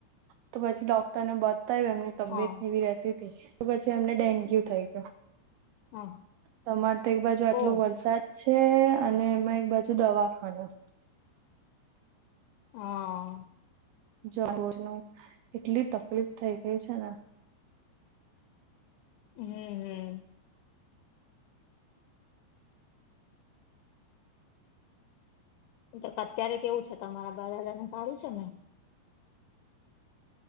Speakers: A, on the right; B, on the left.
A: તો પછી ડોક્ટરને બતાયુ એમની તબિયત
B: હા
A: કેવી રેતીતી તો પછી એમને ડેન્ગ્યુ થઈ ગયો.
B: હા
A: તમારે તો એકબાજુ આટલો
B: ઓહ
A: વરસાદ તે અને એમાં એકબાજુ દવાખાનું.
B: હા
A: જ રોજનું એટલી તકલીફ થઇ ગઈ છે ને.
B: હમ હમ તો અત્યારે કેવું છે તમારા બા દાદા ને સારું છે ને?